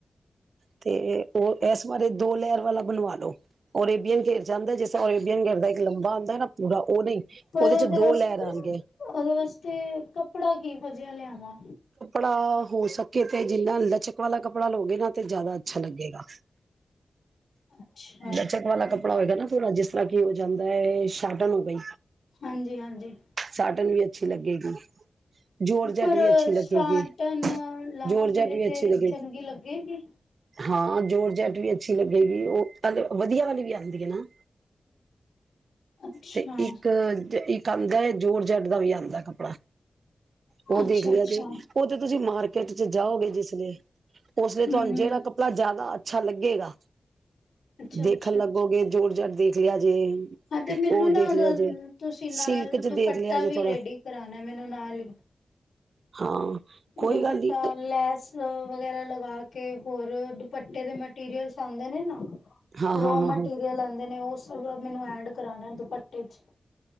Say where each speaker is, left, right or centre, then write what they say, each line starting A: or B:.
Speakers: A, on the right; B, on the left.
A: ਤੇ ਉਹ ਇਸ ਬਾਰੇ ਦੋ ਲਹਿਰ ਵਾਲਾ ਬਨਵਾ ਲਓ ਅਰੇਬਿਯਨ <unintelligible> ਜਾਂਦਾ ਹੈ ਜਿਸ <unintelligible> ਸੋ ਅਰੇਬੀਯਨ ਕਰਦਾ ਇਕ ਲੰਬਾ ਆਂਦਾ ਨਾ ਪੂਰਾ ਉਹ ਨੀ
B: ਪਰ
A: ਉਹਦੇ ਚ ਦੋ
B: ਵਾਸਤੇ
A: ਲਹਿਰ ਆਣਗੇ।
B: ਉਹਦੇ ਵਾਸਤੇ ਕੱਪੜਾ <inaudible> ਲਿਆਵਾਂ
A: ੜਾ ਹੋ ਸਕੇ ਤੇ ਜਿੰਹਨਾ ਲਚਕ ਵਾਲਾ ਕੱਪੜਾ ਲਓਗੇ ਨਾ ਤੇ ਜਿਆਦਾ ਅੱਛਾ ਲੱਗੇਗਾ।
B: ਅੱਛਾ
A: ਲਚਕ ਵਾਲਾ ਕਪ੍ ਪੜਾ ਹੋਏਗਾ ਨਾ ਥੋੜਾ ਜਿਸ ਤਰ੍ਹਾਂ ਕੀ ਹੋ ਜਾਂਦਾ ਏ ਸਾਟਨ ਹੋ ਗਈ
B: ਹਾਂਜੀ ਹਾਂਜੀ
A: ਸਾਟਨ ਵੀ ਅੱਛੀ ਲੱਗੇਗੀ, ਜ਼ੋਰਜੱਟ
B: ਪਰ
A: ਵੀ ਅੱਛੀ ਲੱਗੇਗੀ
B: ਸਾਟਨ
A: ਜ਼ੋਰਜਟ
B: ਲਾਵਾਂ ਫੇਰੇ
A: ਵੀ
B: ਤੇ
A: ਅੱਛੀ ਲੱਗੇਗੀ।
B: ਚੰਗੀ ਲੱਗੇਗੀ
A: ਹਾਂ ਜੋੋਰਜੱਟ ਵੀ ਅ ਛੀ ਲੱਗੇਗੀ ਉਹ <unintelligible> ਵਧੀਆ ਵਾਲੀ ਵੀ ਆਂਦੀ ਹੈ ਨਾ।
B: ਅੱਛਾ
A: ਤੇ ਇੱਕ ਜ ਇ ਇਕ ਆਂਦਾ ਹੈ ਜੋਰਜੱਟ ਦਾ ਵੀ ਆਂਦਾ ਹੈ ਕੱਪੜਾ। ਉਹ
B: ਅੱਛਾ
A: ਦੇਖ ਲਿਆ
B: ਅੱਛਾ
A: ਜੇ, ਉਹ ਤੇ ਤੁਸੀ ਮਾਰਕੀਟ ਚ ਜਾਓਗੇ ਜਿਸਲੇ, ਓਸਦੇ
B: ਹੂੰ
A: ਤੁਹਾਨੂੰ
B: ਹੂੰ
A: ਜਿਹੜਾ ਕੱਪੜਾ ਜਿਆਦਾ ਅ ਅੱਛਾ ਲੱਗੇਗਾ।
B: ਅੱਛਾ
A: ਦੇਖਣ
B: ਅੱਛਾ
A: ਲੱਗੋਗੇ ਜੋਰਜਟ ਦੇਖ ਲਿਆ। ਜੇ
B: ਹਾਂ ਤੇ ਮੈਨੂੰ
A: ਉਹ
B: ਨਾ
A: ਦੇਖ
B: ਉਹਦਾ
A: ਲਿਆ
B: ਨ
A: ਜੇ
B: ਤੁਸੀ ਨਾਲ
A: ਸਿਲਕ ਚ
B: ਦੁਪੱਟਾ
A: ਦੇਖ ਲਿਆ ਜੇ
B: ਵੀ
A: ਥੋੜਾ
B: ਰੇਡੀ ਕਰਾਉਨਾ ਹੈ ਮੈਨੂੰ ਨਾਲ ਹੀ।
A: ਹਾਂ ਕੋਈ
B: ਦੁਪੱਟਾ
A: ਗੱਲ ਨੀ।
B: ਲੈਸ ਵਗੈਰਾ ਲਗਾ ਕੇ ਹੋਰ ਦੁਪੱਟੇ ਦੇ ਮਟੀਰੀਅਲਸ ਆਉਂਦੇ ਨੇ ਨਾ।
A: ਹਾਂ ਹਾਂ
B: ਰੋ
A: ਹਾਂ
B: ਮਟੀਰੀਅਲ
A: ਹਾਂ
B: ਆਉਂਦੇ ਨੇ ਉਹ। ਸ ਮੈਨੂੰ ਐਡ ਕਰਾਣਾ ਦੁਪੱਟੇ ਚ।